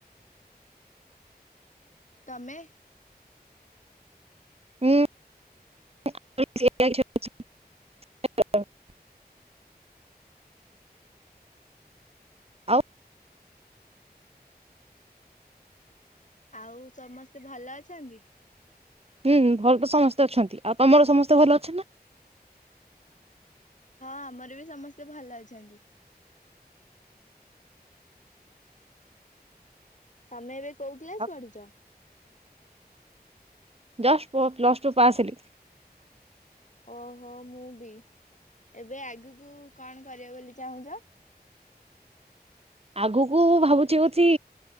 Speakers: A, on the left; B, on the right.
A: ତମେ?
B: ହୁଁ <unintelligible> ଆଉ
A: ଆଉ ସମସ୍ତେ ଭଲ ଅଛନ୍ତି?
B: ହୁଁ ଭଲ ତ ସମସ୍ତେ ଅଛନ୍ତି ଆଉ ତମର ସମସ୍ତେ ଭଲ ଅଛ ନା?
A: ହଁ ଆମର ବି ସମସ୍ତେ ଭଲ ଅଛନ୍ତି। ତମେ ଏବ କୋଉଠି କ୍ଲାସ
B: ନା?
A: ପଢୁଛ?
B: ଜଷ୍ଟ ପୁଅ ପ୍ଲସ୍ ଟୁ ପା ଆସିଲି
A: ଓହୋ ମୁଁ ବି ଏବେ ଆଗକୁ କଣ କରିବ ବୋଲି ଚାହୁଁଛ,
B: ଆଗକୁ ଭାବୁଛି କଛି